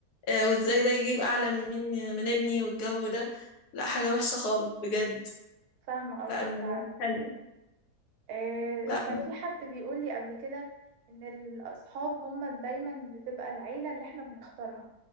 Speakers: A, on the left; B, on the right.
A: آه، وازاي ده يجيب اعلى من من ابني والجو ده لا
B: م.
A: حاجه وحشه خالص بجد
B: فاهمة قصدك
A: لا الموضوع
B: فعلا
A: مش حلو
B: آه،
A: لا
B: كان في حد بيقول لي قبل كده ان الاصحاب هما دايما بتبقى العيله اللي احنا بنختارها